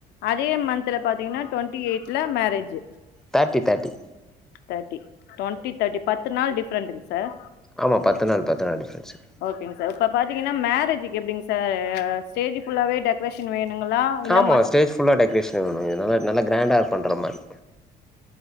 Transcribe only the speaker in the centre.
thirty thirty
ஆமா பத்து நாள் பத்து நாள் டிஃப்ரென்சுங்க
ஆமா
ஸ்டேஜ் ஃபுல்லா டெக்கரேஷன் வேனு <unintelligible> நல்லா கிராண்டா பண்ற மாரி